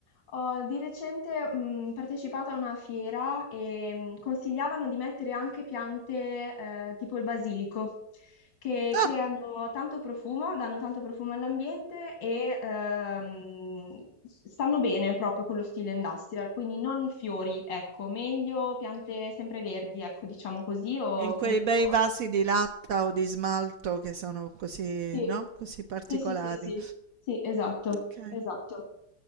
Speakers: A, on the left (about 80°); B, on the right (about 70°).
A: ho di recente mh, partecipato a una fiera e mh, consigliavano di mettere anche piante eh, tipo il basilico, che
B: Ah,
A: creano tanto profumo, danno tanto profumo all'ambiente e ehm, stanno bene proprio con lo stile industrial, quindi non fiori, ecco, meglio piante sempre verdi, ecco, diciamo così, o
B: in
A: appunto
B: quei bei vasi di latta o di smalto che sono così,
A: sì,
B: no? Così particolari.
A: sì, sì, sì, sì, Sì, esatto,
B: Ok.
A: esatto.